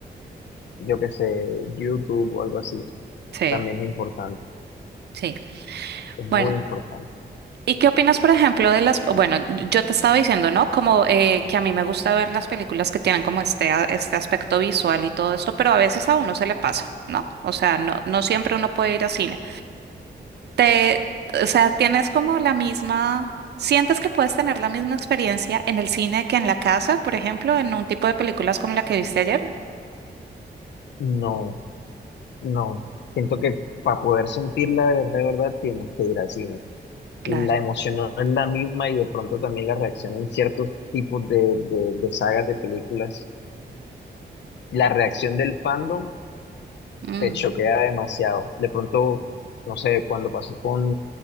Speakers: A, on the left; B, on the right.
A: yo qué sé, YouTube o algo así.
B: Sí,
A: también es importante,
B: sí.
A: es muy
B: Bueno.
A: importante.
B: ¿Y qué opinas, por ejemplo, de las... Bueno, yo te estaba diciendo, ¿no? Como eh, que a mí me gusta ver las películas que tienen como este, a- este aspecto visual y todo esto, pero a veces a uno se le pasa, ¿no? O sea, no, no siempre uno puede ir a cine. Te, o sea, tienes como la misma... ¿Sientes que puedes tener la misma experiencia en el cine que en la casa, por ejemplo, en un tipo de películas como la que viste ayer?
A: No, no. Siento que para poder sentirla de verdad, de verdad, tienes que ir al cine. La
B: Claro.
A: emoción no es la misma y de pronto también la reacción en ciertos tipos de, de, de sagas de películas. La reacción del fandom
B: Mm.
A: te choquea demasiado. De pronto, no sé, cuando pasó con